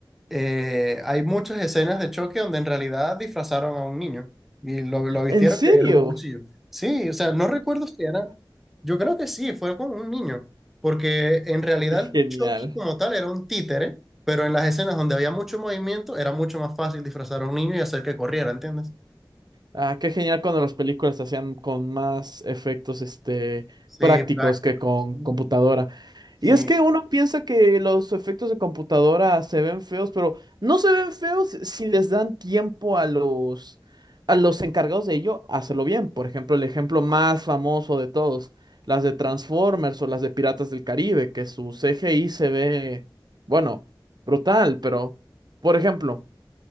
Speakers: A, in the centre; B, on the right (about 60°).
A: eh, hay muchas escenas de choque donde en realidad disfrazaron a un niño y lo, lo vistieron
B: ¿En serio?
A: y le dieron un cuchillo. Sí, o sea, no recuerdo si era, yo creo que sí, fue con un niño, porque en realidad
B: <laughs> Qué
A: el
B: Genial.
A: Chucky como tal era un títere, pero en las escenas donde había mucho movimiento era mucho más fácil disfrazar a un niño y hacer que corriera, ¿entiendes?
B: Ah, qué genial cuando las películas se hacían con más efectos, este,
A: Sí,
B: prácticos
A: prácticos.
B: que con
A: Ujú.
B: computadora.
A: Sí.
B: Y es que uno piensa que los efectos de computadora se ven feos, pero no se ven feos si les dan tiempo a los, a los encargados de ello a hacerlo bien. Por ejemplo, el ejemplo más famoso de todos, las de Transformers o las de Piratas del Caribe, que su CGI se ve, bueno, brutal, pero, por ejemplo.